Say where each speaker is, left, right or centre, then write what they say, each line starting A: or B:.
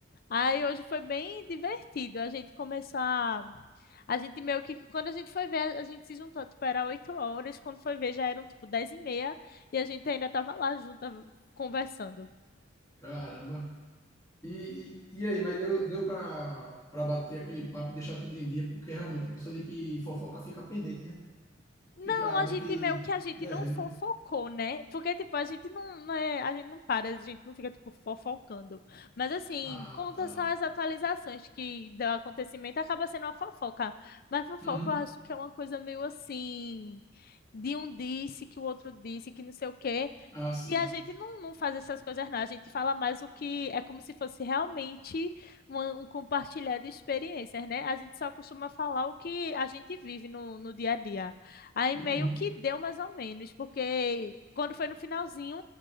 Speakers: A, on the left (about 45°); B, on the left (about 15°).
A: Aí hoje foi bem divertido. A gente começou a. A gente meio que. Quando a gente foi ver, a gente se juntou, tipo, era 8 horas, quando foi ver já eram tipo 10 e meia, e a gente ainda tava lá junta conversando.
B: Caramba. E, e, e aí, mas deu, deu pra, pra bater aquele papo e deixar tudo em dia, porque realmente a pessoa de que fofoca fica pendente, né?
A: Não,
B: Fica
A: a
B: meio
A: gente
B: que
A: meio que a gente
B: devendo.
A: não fofocou, né? Porque, tipo, a gente não, não é- a gente não para, a gente não fica, tipo, fofocando. Mas, assim,
B: Ah,
A: conta
B: tá.
A: só as atualizações que do acontecimento, acaba sendo uma fofoca. Mas fofoca
B: Uhum.
A: eu acho que é uma coisa meio assim, de um disse que o outro disse, que não sei o quê.
B: Ah, sim.
A: E a gente não, não faz essas coisas, não. A gente fala mais o que é como se fosse realmente uma- um compartilhar de experiências, né? A gente só costuma falar o que a gente vive no, no dia a dia. Aí
B: Uhum.
A: meio que deu mais ou menos, porque quando foi no finalzinho,